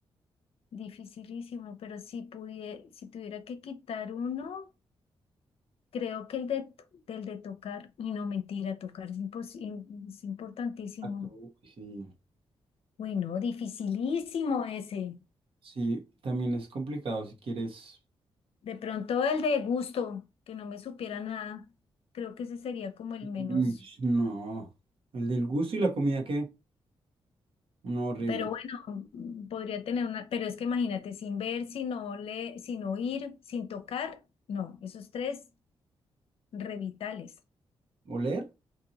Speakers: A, on the left (about 75°); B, on the right (about 65°).
A: Dificilísimo, pero si pudie- si tuviera que quitar uno, creo que el de, t- del de tocar, y no mentira, tocar es, impos- im- es importantísimo.
B: exacto, uy, sí,
A: Uy, no, dificilísimo ese.
B: sí, también es complicado si quieres.
A: De pronto el de gusto, que no me supiera nada, creo que ese sería como el
B: Mm,
A: menos.
B: No, el del gusto y la comida, ¿qué? No, horrible.
A: Pero bueno, mm, podría tener una, pero es que imagínate, sin ver, sin oler, sin oír, sin tocar, no, esos tres revitales,
B: ¿Oler?